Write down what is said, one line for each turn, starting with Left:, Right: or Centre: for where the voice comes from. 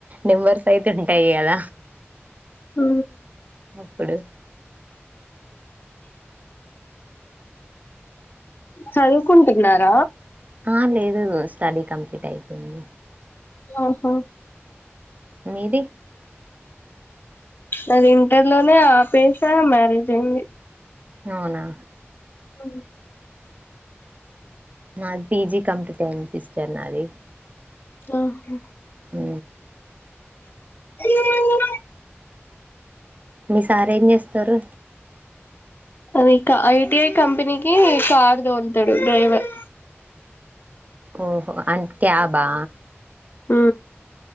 Right: నెంబర్స్ అయితే ఉంటాయ్ కద.
Left: ఉ
Right: అప్పుడు
Left: చదువుకుంటున్నార
Right: ఆ లేదు స్టడీ కంప్లీట్ అయిపెయింది.
Left: ఆహా
Right: మీది
Left: నాది ఇంటర్ లోనే ఆపేసా మ్యారేజయింది.
Right: నౌనా
Left: ఉ
Right: నాది పిజీ కంప్పీటయ్యింది సిస్టర్ నాది
Left: ఆహ
Right: హు
Left: ఓ
Right: మీ సారు ఏం చేస్తారు.
Left: అవి క్క ఐటిఐ కంపెనీకి కార్ దోల్ తాడు డ్రైవర్.
Right: ఓహో అన్న్ క్యాబా
Left: ఉ